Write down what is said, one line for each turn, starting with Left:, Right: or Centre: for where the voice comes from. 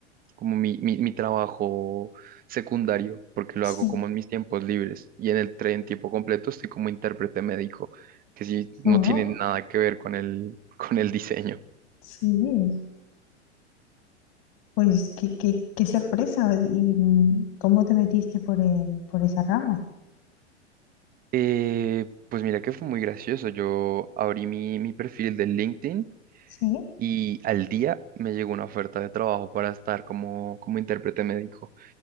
Right: como mi, mi, mi trabajo secundario, porque lo
Left: Sí.
Right: hago como en mis tiempos libres. Y en el tren tiempo completo estoy como intérprete médico, que sí, no
Left: Oh,
Right: tiene nada que ver con el, <laughs> con el diseño.
Left: sí. Pues qué, qué, qué sorpresa. ¿Y mm, cómo te metiste por el, por esa rama?
Right: Eh, pues mira que fue muy gracioso. Yo abrí mi, mi perfil de LinkedIn
Left: Sí,
Right: y al día me llegó una oferta de trabajo para estar como, como intérprete médico.